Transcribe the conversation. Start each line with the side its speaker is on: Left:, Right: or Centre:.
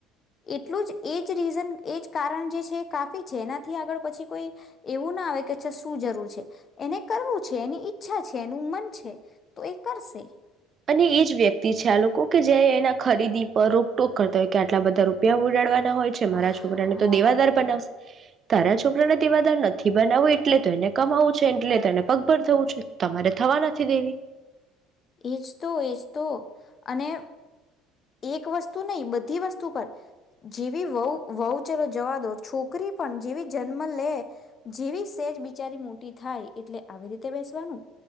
Left: એટલું જ એજ રીઝન એજ કારણ જે છે એ કાફી છે એનાથી આગળ પછી કોઈ એવું ના આવે કે અ શું જરૂર છે એને કરવું છે એની ઇચ્છા છે એનું મન છે તો એ કરશે
Right: અને એ જ વ્યક્તિ છે આ લોકો કે એના ખરીદી પર રોકટોક કરતા હોય કે આટલા બધા રૂપિયા ઉડાડવા... હોય છે
Left: હા
Right: મારા છોકરાને તો દેવાદાર બનાવશે તારા છો... આપણે દેવાદાર નથી બનાવું એટલે એટલે તો એને કમાવું છે એટલે તેને પગભર થવું છે તમારે થવા નથી દેવી
Left: એજ તો એજ તો અને એક વસ્તુ નહી બધી વસ્તુ પર જેવી વહુ વહુ ચલો જવા દો છોકરી પણ જેવી જન્મ લે જેવી સેજ બિચારી મોટી થાય એટલે આવી રીતે બેસવાનું